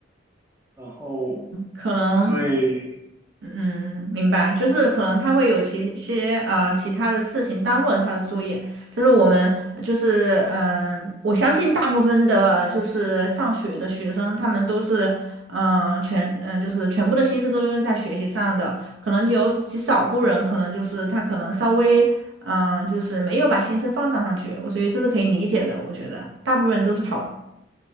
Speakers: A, on the right; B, on the right.
A: 然后
B: 可能。
A: 对，
B: 嗯，明白，就是可能他会有其些呃其他的事情耽误了他的作业，就是我们就是嗯、呃我相信大部分的就是上学的学生，他们都是嗯、呃全嗯、呃就是全部的心思都用在学习上的，可能有极少部人可能就是他可能稍微嗯、呃就是没有把心思放上上去，我所以这是可以理解的，我觉得大部分人都是好的，